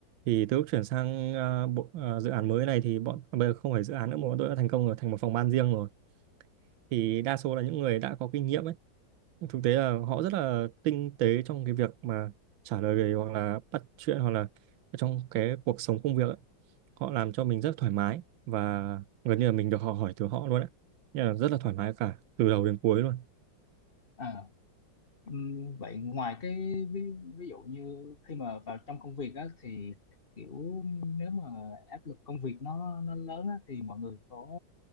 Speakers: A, on the right; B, on the left.
A: thì từ lúc chuyển sang à, bộ, à, dự án mới này thì bọn à, bây giờ không phải dự án nữa mà bọn tôi đã thành công rồi thành một phòng ban riêng rồi thì đa số là những người đã có kinh nghiệm ấy thực tế là họ rất là tinh tế trong cái việc mà trả lời về hoặc là bắt chuyện hoặc là trong cái cuộc sống công việc ấy. họ làm cho mình rất thoải mái và gần như là mình được họ hỏi từ họ luôn ấy. nên là rất là thoải mái cả từ đầu đến cuối luôn
B: à ừm, vậy ngoài cái ví, ví dụ như khi mà vào trong công việc á thì kiểu nếu mà áp lực công việc nó nó lớn á thì mọi người có